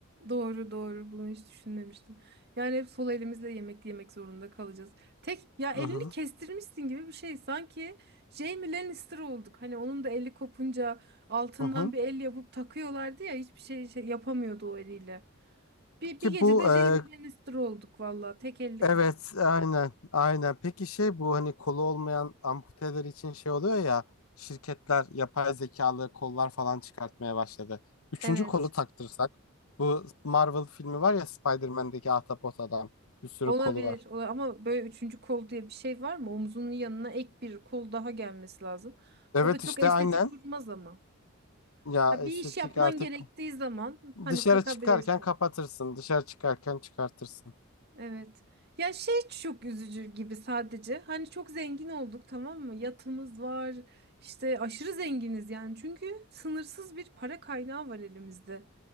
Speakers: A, on the right (about 50°); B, on the left (about 80°).
A: Doğru doğru bunu hiç düşünmemiştim. Yani hep sol elimizle yemek yemek zorunda kalacağız. Tek ya elini
B: Hı hı.
A: kestirmişsin gibi bir şey. Sanki Jaime Lannister olduk. Hani onun da eli kopunca altından
B: Hı hı.
A: bir el yapıp takıyorlardı ya hiçbir şey, şey yapamıyordu o eliyle. Bir,
B: Ki
A: bir gecede
B: bu
A: Jaime
B: e,
A: Lannister olduk valla tek elli
B: Evet,
A: kal.
B: aynen, aynen. Peki şey bu hani kolu olmayan amputeler için şey oluyor ya şirketler yapay zekalı kollar falan çıkartmaya başladı. Üçüncü
A: Evet
B: kolu taktırsak bu Marvel filmi var ya Spider-Man'deki Ahtapot adam bir sürü
A: olabilir,
B: kolu var.
A: ola- ama böyle üçüncü kol diye bir şey var mı? Omzunun yanına ek bir kol daha gelmesi lazım.
B: Evet
A: O da çok
B: işte
A: estetik
B: aynen
A: durmaz ama.
B: ya
A: Ha,
B: estetik
A: bir iş yapman
B: artık
A: gerektiği zaman hani
B: dışarı
A: takabilirsin.
B: çıkarken kapatırsın dışarı çıkarken çıkartırsın.
A: Evet. Ya şey çok üzücü gibi sadece. Hani çok zengin olduk tamam mı? Yatımız var. işte aşırı zenginiz yani. Çünkü sınırsız bir para kaynağı var elimizde.